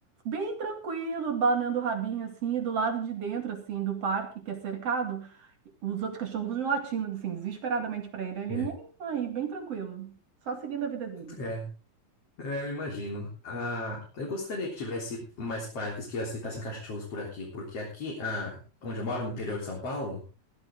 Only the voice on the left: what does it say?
É,
É. É, eu imagino. Ah, eu gostaria que tivesse mais parques que aceitassem cachorros por aqui, porque aqui, ah, onde eu moro, no interior de São Paulo,